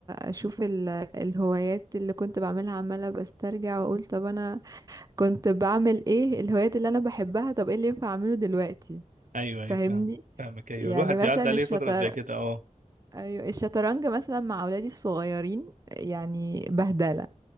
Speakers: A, on the right (about 25°); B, on the right (about 75°).
A: اشوف ال- الهوايات اللي كنت بعملها عمالة بسترجع واقول طب انا كنت بعمل ايه الهوايات اللي انا بحبها طب ايه اللي ينفع اعمله دلوقتي
B: ايوه ايوه
A: فاهمني
B: فاهم فاهمك ايوه
A: يعني
B: الواحد
A: مثلا
B: بيعدي عليه
A: الشطر
B: فترة زي كده اه
A: ايوه الشطرنج مثلا مع اولادي الصغيرين يعني بهدله